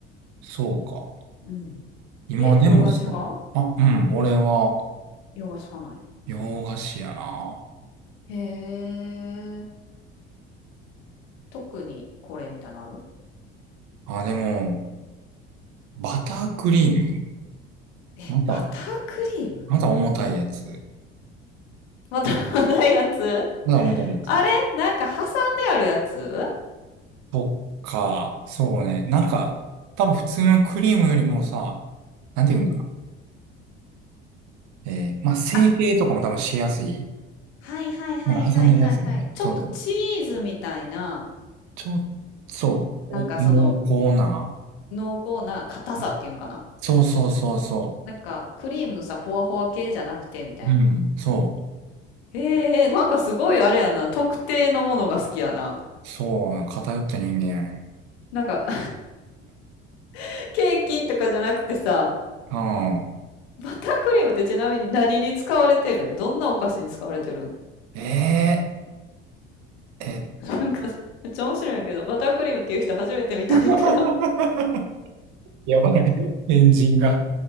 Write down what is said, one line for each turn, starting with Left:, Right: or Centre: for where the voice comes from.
Right: そうか。
Left: うん。
Right: 今でもさ、
Left: え、洋菓子派
Right: あ、うん。俺は
Left: 洋菓子派なんや。
Right: 洋菓子やな。
Left: へえ。特にこれみたいなのある
Right: あ、でも、バタークリーム
Left: え、
Right: また、
Left: バタークリーム
Right: また重たいやつ。
Left: またないやつ
Right: まだ持たないやつ。
Left: あれなんか挟んであるやつ
Right: そっか、そうね。なんか、多分普通のクリームよりもさ、なんていうんかな。
Left: うん。
Right: えー、まあ、成形とかも多分しやすい。
Left: あ、はいはいはいはいはいはい。
Right: なんか挟んでるやつだね。
Left: ちょっとチーズみたいな、
Right: そう。ちょ、そう、
Left: なんかその
Right: お、濃厚な。
Left: 濃厚な硬さっていうんかな。
Right: うんそうそうそうそ
Left: なんかクリームのさ、ほわほわ系じゃなくてみたいな。
Right: う。うん、そ
Left: へえ、なんかすごいあれやな。特定のものが好きやな。
Right: う。そうな、偏った人間やね。
Left: なんか、<laughs> ケーキとかじゃなくてさ、
Right: う
Left: バタークリームってちなみに何に使われてるんどんなお菓子に使われてるん
Right: ん。えー、え
Left: なんか、めっちゃ面白いんやけど、バタークリームっていう人初めて見たんやけど、
Right: ー、<laughs> やばい。エンジンが。